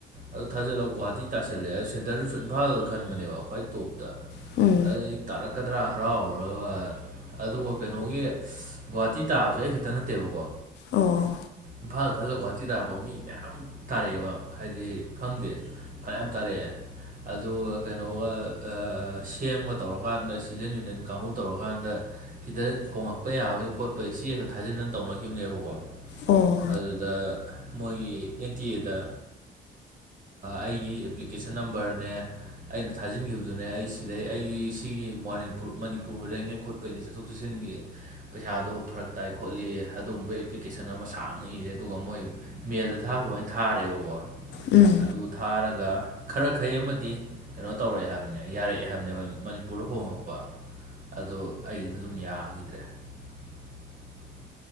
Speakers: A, on the right; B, on the left.
A: ꯑꯗꯨ ꯊꯥꯖꯤꯜꯂꯒ ꯒꯨꯍꯥꯇꯤ ꯇꯁꯤꯜꯂꯑꯦ ꯑ ꯁꯦꯟꯇꯔꯗꯨꯁꯨ ꯏꯝꯐꯥꯜꯗ ꯈꯟꯕꯅꯦꯕ ꯈ꯭ꯋꯥꯏ ꯇꯣꯞꯇ
B: ꯎꯝ
A: ꯑꯩ ꯇꯥꯔꯛꯀꯗ꯭ꯔꯥ ꯍꯔꯥꯎꯔꯨꯔꯒ ꯑꯗꯨꯒ ꯀꯩꯅꯣꯒꯤ ꯒꯨꯍꯥꯇꯤ ꯇꯥꯕꯁꯨ ꯑꯩ ꯈꯛꯇ ꯅꯠꯇꯦꯕꯀꯣ
B: ꯑꯣ
A: ꯏꯝꯐꯥꯜ ꯈꯜꯂꯒ ꯒꯨꯍꯥꯇꯤ ꯇꯥꯔꯛꯄ ꯃꯤ ꯃꯌꯥꯝ ꯇꯥꯔꯛꯑꯦꯕ ꯍꯥꯏꯗꯤ ꯈꯪꯗꯦ ꯐꯅꯌꯥꯝ ꯇꯥꯔꯛꯑꯦ ꯑꯗꯨꯒ ꯀꯩꯅꯣꯒ ꯁꯦꯝꯒ ꯇꯧꯔꯀꯥꯟꯗ ꯏꯁꯇꯨꯗꯦꯟ ꯌꯨꯅꯤꯌꯟ ꯀꯥꯡꯕꯨ ꯇꯧꯔꯀꯥꯟꯗ ꯁꯤꯗ ꯍꯣꯉꯛꯄ ꯌꯥꯕꯒꯤ ꯈꯣꯠꯄꯒꯤ ꯆꯦ ꯑꯃꯗ ꯊꯥꯖꯤꯟꯗꯅ ꯇꯧꯅꯈꯤꯕꯅꯦꯕꯀꯣ
B: ꯑꯣ
A: ꯑꯗꯨꯗ ꯃꯣꯏꯒꯤ ꯑꯦꯟ ꯇꯤ ꯑꯦꯗ ꯑꯩꯒꯤ ꯑꯦꯄ꯭ꯂꯤꯀꯦꯁꯟ ꯅꯝꯕꯔꯅꯦ ꯑꯩꯅ ꯊꯥꯖꯤꯟꯈꯤꯕꯗꯨꯅꯦ ꯑꯩ ꯁꯤꯗꯩ ꯑꯩꯒꯤ ꯁꯤꯒꯤ ꯃꯨꯔ ꯃꯅꯤꯄꯨꯔꯗꯅꯦ ꯈꯣꯠꯄꯒꯤꯅꯦ ꯆꯠꯊꯣꯛ ꯆꯠꯁꯤꯟꯒꯤ ꯄꯩꯁꯥꯗꯣ ꯐꯔꯛ ꯇꯥꯏ ꯈꯣꯠꯂꯤ ꯑꯗꯨꯒꯨꯝꯕ ꯑꯦꯄ꯭ꯂꯤꯀꯦꯁꯟ ꯑꯃ ꯁꯥꯡꯅ ꯏꯔꯦ ꯑꯗꯨꯒ ꯃꯣꯏ ꯃꯦꯜꯗ ꯊꯥꯕ ꯑꯣꯏꯅ ꯊꯥꯔꯦꯕꯀꯣ
B: ꯎꯝ
A: ꯑꯗꯨ ꯊꯥꯔꯒ ꯈꯔꯈꯩ ꯑꯃꯗꯤ ꯀꯩꯅꯣ ꯇꯧꯔꯛꯑꯦ ꯍꯥꯏꯕꯅꯦ ꯌꯥꯔꯛꯑꯦ ꯍꯥꯏꯕꯅꯦꯕ ꯃꯅꯤꯄꯨꯔꯗ ꯍꯣꯡꯉꯛꯄ ꯑꯗꯣ ꯑꯩꯗ ꯑꯗꯨꯝ ꯌꯥꯈꯤꯗ꯭ꯔꯦ <inaudible>